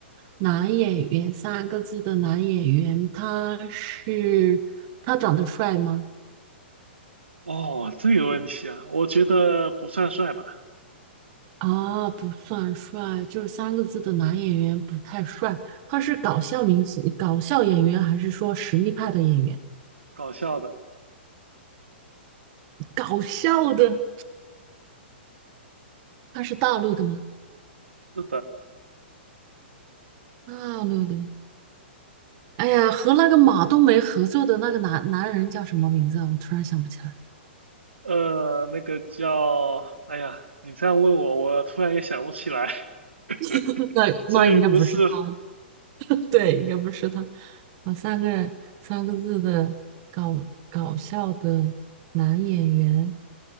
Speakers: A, on the right; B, on the right.
A: 男演员三个字的男演员，他是他长得帅吗？
B: 哦，这个问题啊，我觉得不算帅吧，
A: 啊，不算帅，就是三个字的男演员不太帅。他是搞笑明星、搞笑演员，还是说实力派的演员？
B: 搞笑的，
A: 搞笑的，他是大陆的吗？
B: 是的，
A: 大陆的。哎呀，和那个马冬梅合作的那个男男人叫什么名字啊？我突然想不起来。
B: 呃，那个叫，哎呀，你这样问我，我突然也想不起来，<laughs>
A: <laughs> 那那应该不是他，
B: 所以不是，
A: <laughs> 对，应该不是他。我三个人三个字的搞搞笑的男演员，